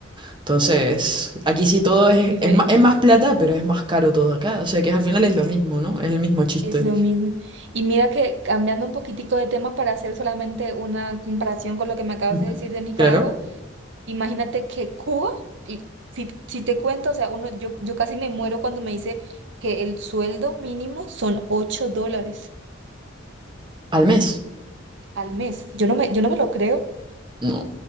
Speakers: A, on the right; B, on the right.
A: Entonces, aquí sí todo
B: Es
A: es,
B: diferente.
A: es más, es más plata, pero es más caro todo acá. O sea que al final es lo mismo, ¿no? Es el mismo chiste.
B: Es lo mismo. Y mira que cambiando un poquitico de tema para hacer solamente una comparación con lo que me acabas
A: Ujú.
B: de decir de Nicaragua,
A: Claro.
B: imagínate que Cuba, y si, si te cuento, o sea, uno, yo, yo casi me muero cuando me dice que el sueldo mínimo son 8 dólares
A: Al mes.
B: al mes. Yo no me, yo no me lo creo.
A: No.